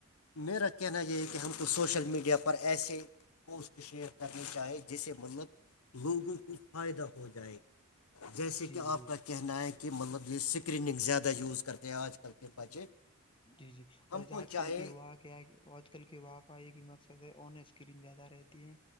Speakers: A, on the left; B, on the left.
A: میرا کہنا یہ ہے کہ ہم کو سوشل میڈیا پر ایسے پوسٹ شیئر کرنی چاہیں جسے منت لوگوں کو فائدہ ہو جائے جیسے
B: جی
A: کہ آپ
B: جی
A: کا کہنا ہے کہ مطلب یہ اسکریننگ زیادہ یوز کرتے ہیں آج کل کے بچے
B: جی جی
A: ہم
B: اور
A: کو
B: آج
A: چاہے
B: کل کی وہاں کیا آج کل کے واقع ایک ہی مقصد ہے آن اسکرین زیادہ رہتی ہے